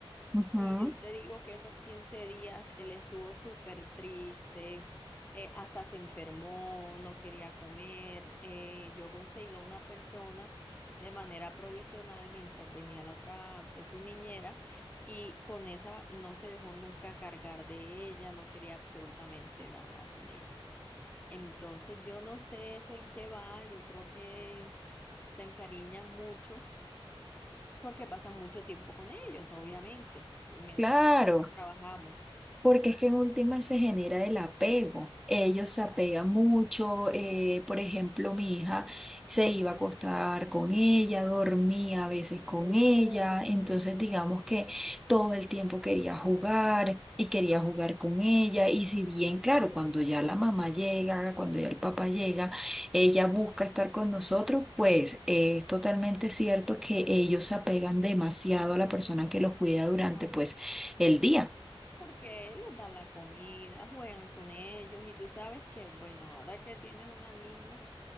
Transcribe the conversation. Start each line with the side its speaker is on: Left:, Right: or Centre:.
Centre: Ujú.
Left: Y yo te digo que esos 15 días él estuvo súper triste, eh, hasta se enfermó, no quería comer. eh, yo conseguía una persona de manera provisional mientras venía la otra, pues su niñera, y con esa no se dejó nunca cargar de ella, no quería absolutamente nada con ella. Entonces yo no sé eso en qué va, yo creo que se encariña mucho porque pasan mucho tiempo con ellos, obviamente, ¿no? mientras
Centre: Claro.
Left: trabajamos.
Centre: Porque es que en última se genera el apego. Ellos se apegan mucho. eh, por ejemplo, mi hija se iba a acostar con ella, dormía a veces con ella. Entonces, digamos que todo el tiempo quería jugar y quería jugar con ella. Y si bien, claro, cuando ya la mamá llega, cuando ya el papá llega, ella busca estar con nosotros, pues eh, es totalmente cierto que ellos se apegan demasiado a la persona que los cuida durante,
Left: Claro.
Centre: pues, el día.
Left: Porque les dan la comida, juegan con ellos y tú sabes que, bueno, ahora que tienes una niña,